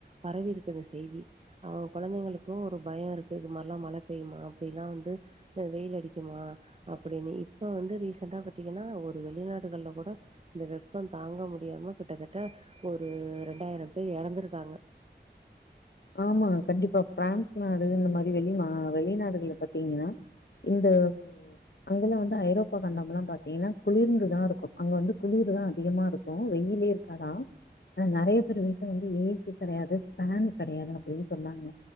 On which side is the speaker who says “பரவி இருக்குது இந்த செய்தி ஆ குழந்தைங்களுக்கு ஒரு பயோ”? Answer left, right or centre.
Right